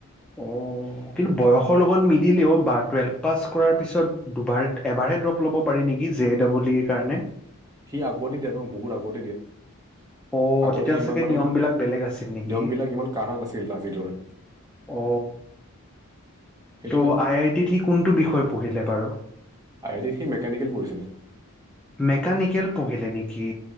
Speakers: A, in the centre; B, on the right.
A: উম কিন্তু বয়সৰ লগত মিলেও বা টুৱেল্ভ পাছ কৰাৰ পিছত দুবাৰ এবাৰ ড্ৰপ ল'ব পাৰি নেকি নেকি জে ডবল ইৰ কাৰণে
B: সি আগতে দিয়া ত বহুত আগতে দিয়া
A: <inaudible>
B: আগতে
A: তেতিয়া
B: সিমান
A: চাগে
B: মানে
A: নিয়মবিলাক বেলেগ আছিল নেকি?
B: নিয়ম বিলাক ইমান কাঢ়া নাছিল আজিৰ দৰে
A: অ
B: সেইটোৱে
A: ত' আই আই টিত সি কোনটো বিষয় পঢ়িলে বাৰু
B: আই আই টিত সি মেকানিকেল প়ঢ়িছিলে
A: মেকানিকেল পঢ়িলে নেকি